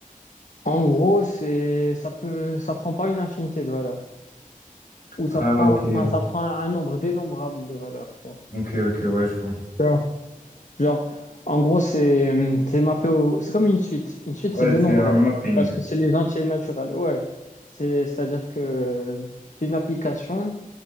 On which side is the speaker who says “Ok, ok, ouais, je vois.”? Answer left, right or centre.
Left